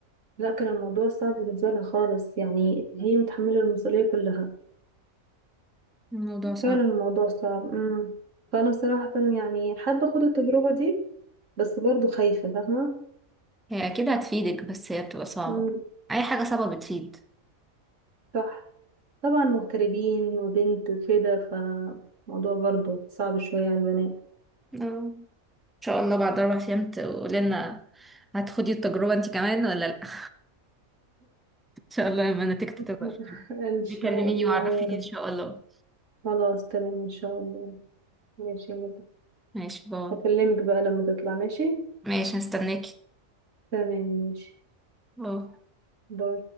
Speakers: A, on the right; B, in the centre.
A: لا كان الموضوع صعب بالنسبه لها خالص يعني هي متحمله المسؤوليه كلها
B: الموضوع صعب
A: فعلا الموضوع صعب امم فانا صراحه يعني حابه اخد التجربه دي بس برضو خايفه فاهمه
B: هي أكيد هتفيدك بس هي بتبقى صعبة
A: امم
B: أي حاجة صعبة بتفيد
A: صح طبعا مغتربين وبنت وكده فالموضوع برضو صعب شويه على البنات
B: آه. إن شاء الله بعد أربع أيام تقولي لنا هتخدي التجربة أنت كمان ولا لأ <laughs> إن شاء الله لما نتيجتك
A: <laughs>
B: تظهر
A: ان شاء
B: بيكلميني
A: الله
B: وعرفيني
A: يا رب
B: إن شاء الله
A: خلاص تمام ان شاء الله ماشي يا مدحت.
B: ماشي باي
A: هكلمك بقى لما تطلع ماشي
B: ماشي هستناكي
A: تمام ماشي
B: باي
A: باي